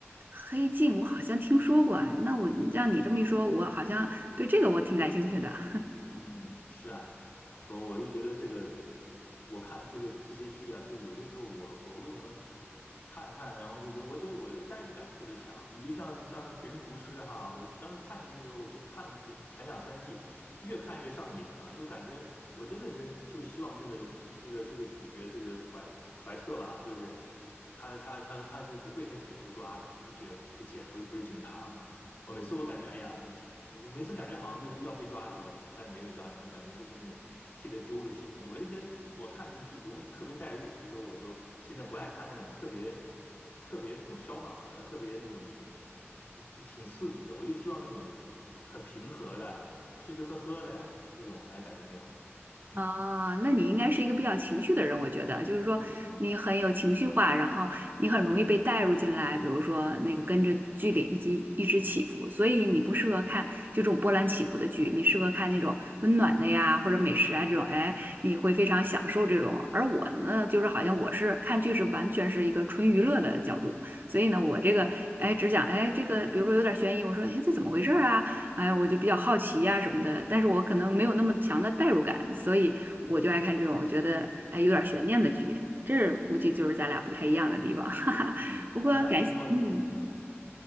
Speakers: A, on the right; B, on the left.
A: 《黑镜》，我好像听说过，哎，那我让你这么一说，
B: 嗯。
A: 我好像对这个我挺感兴趣的。
B: 嗯，是啊，我我就觉得这个，我看这个这些剧啊，就有些时候我我为什么看看，然后就觉得我觉得我的代入感特别强。你就像像《绝命毒师》哈，我当时看进去的时候，我就看了两前两三季，越看越上瘾啊，就感觉我真的是就希望这个这个这个主角这个怀怀特吧，就是他他他他就不被他姐夫抓着，他姐夫他姐夫不是警察嘛。我每次我感觉，哎呀，呃每次感觉好像就要被抓住了，但是没被抓住，感觉就是那种替他揪着心。我就觉得我看这种剧容易特别代入，所以说我就现在不爱看那种特别特别那种烧脑的，特别那种就挺刺激的。我就希望那种很平和的啊吃吃喝喝的呀，这种哎感觉挺好。嗯
A: 啊，那你应该是一个比较情绪的人，我觉得，就是说你很有情绪化，
B: 嗯
A: 然后你很容易被带入进来，比如说那个跟着剧里一起一直起伏，所以你不适合看就这种波澜起伏的剧，你适合看那种温暖的呀，或者美食啊这种，哎，你会非常享受这种。而我呢，就是好像我是看剧是完全是一个纯娱乐的角度，所以呢，我这个哎只想哎这个，
B: 嗯
A: 比如说有点悬疑，我说哎这怎么回事儿啊？哎，我就比较好奇呀、什么的，但是我可能没有那么强的代入感，所以我就爱看这种我觉得哎有点悬念的剧，
B: 嗯
A: 这是估计就是咱俩不太一样的地方，
B: 嗯
A: <laughs> 哈哈。
B: 嗯，
A: 不过感谢，
B: 那通过嗯。
A: 嗯，